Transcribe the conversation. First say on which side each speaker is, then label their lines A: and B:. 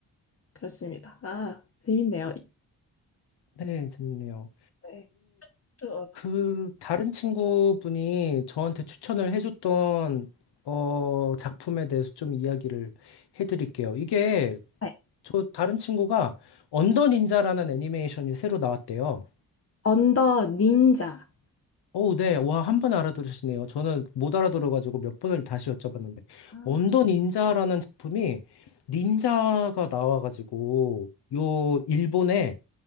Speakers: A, on the left (about 35°); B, on the left (about 75°).
A: 그렇습니다. 아, 재밌네요.
B: 네, 재밌네요.
A: 네. 또,
B: 그 다른 친구분이 저한테 추천을 해줬던 어 작품에 대해서 좀 이야기를 해드릴게요. 이게
A: 네.
B: 저 다른 친구가 언더 닌자라는 애니메이션이 새로 나왔대요.
A: 언더 닌자.
B: 어 네. 와, 한 번 알아들으시네요. 저는 못 알아들어가지고 몇 번을 다시 여쭤봤는데.
A: 아,
B: 언더 닌자라는 작품이 닌자가 나와가지고 요 일본에